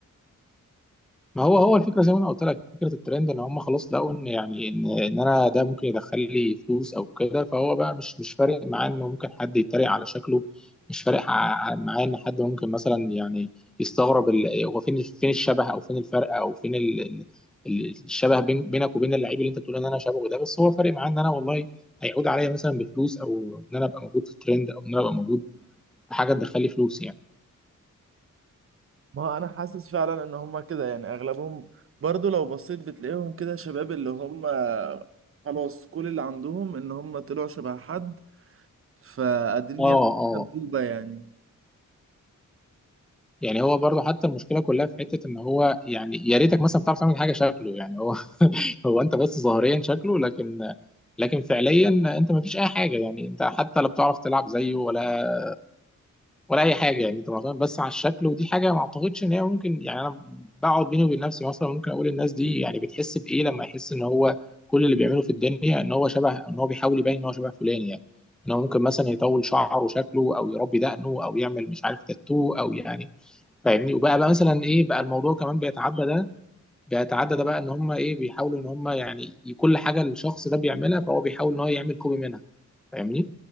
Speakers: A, in the centre; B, on the right (about 45°).
A: ما هو هو الفكره زي ما انا قلت لك فكره الترند ان هم خلاص لقوا ان يعني ان ان انا ده ممكن يدخل لي فلوس او كده فهو بقى مش مش فارق معاه انه ممكن حد يتريق على شكله مش فارق ع- معاه ان حد ممكن مثلا يعني يستغرب ال- هو فين فين الشبه او فين الفرق او فين ال- ال- ال- الشبه بين بينك وبين اللعيب اللي انت بتقول ان انا شبهه ده بس هو فارق معاه ان انا والله هيعود عليا مثلا بفلوس او ان انا ابقى موجود في الترند او ان انا ابقى موجود في حاجه تدخل لي فلوس يعني
B: ما هو انا حاسس فعلا ان هما كده يعني اغلبهم برضو لو بصيت بتلاقيهم كده شباب اللي هما خلاص كل اللي عندهم ان هما طلعوا شبه حد فقادرين
A: اه
B: ياخدوا السبوبة
A: اه
B: يعني
A: يعني هو برضه حتى المشكله كلها في حته ان هو يعني يا ريتك مثلا بتعرف تعمل حاجه شكله يعني هو <laughs> هو انت بس ظاهريا شكله لكن لكن فعليا انت ما فيش اي حاجه يعني انت حتى لا بتعرف تلعب زيه ولا ولا اي حاجه يعني انت معتمد بس على الشكل ودي حاجه ما اعتقدش ان هي ممكن يعني انا بقعد بيني وبين نفسي مثلا ممكن اقول الناس دي يعني بتحس بايه لما يحس ان هو كل اللي بيعمله في الدنيا ان هو شبه ان هو بيحاول يبين ان هو شبه فلان يعني ان هو ممكن مثلا يطول شعره وشكله او يربي دقنه او يعمل مش عارف تاتو او يعني فاهمني وبقى بقى مثلا ايه بقى الموضوع كمان بيتعدى ده بيتعدى ده بقى ان هم ايه بيحاولوا ان هم يعني ي- كل حاجه الشخص ده بيعملها فهو بيحاول ان هو يعمل كوبي منها فاهمني؟